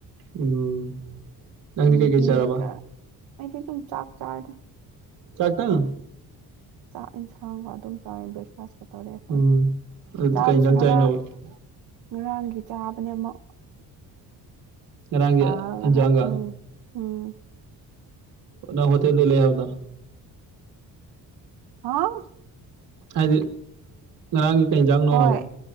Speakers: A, on the right (about 55°); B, on the right (about 70°).
A: ꯎꯝ ꯅꯪꯗꯤ
B: ꯌꯨꯕꯤꯒ
A: ꯀꯩꯀꯩ ꯆꯥꯔꯕ
B: ꯑꯩꯗꯤ ꯑꯗꯨꯝ ꯆꯥꯛ ꯆꯥꯗ
A: ꯆꯥꯛꯇꯪ
B: ꯆꯥꯛ ꯏꯟꯁꯥꯡꯒꯣ ꯑꯗꯨꯝ ꯆꯥꯦ ꯐꯀ ꯇꯧꯔꯑꯦ ꯑꯩꯈꯣꯏꯗꯤ
A: ꯎꯝ ꯑꯗꯨꯗꯤ
B: ꯆꯥꯕꯁꯨ
A: ꯀꯩ ꯏꯟꯖꯥꯡ
B: ꯉꯔꯥꯡ
A: ꯆꯥꯏꯅꯣꯕ
B: ꯉꯔꯥꯡꯒꯤ ꯆꯥꯕꯅꯦ ꯑꯃꯨꯛ
A: ꯉꯔꯥꯡꯒꯤ
B: ꯍꯂꯒ
A: ꯏꯟꯖꯥꯡꯒ
B: ꯎꯝ ꯎꯝ
A: ꯅ ꯍ ꯇ ꯂꯩ ꯂꯩ ꯍꯥꯕꯗ
B: ꯍꯥꯥ
A: ꯍꯥꯏꯗꯤ ꯉꯔꯥꯡꯒꯤ ꯀꯩ ꯌꯦꯟꯖꯥꯡꯅꯣ
B: ꯍꯣꯏ
A: ꯍꯥꯏꯕ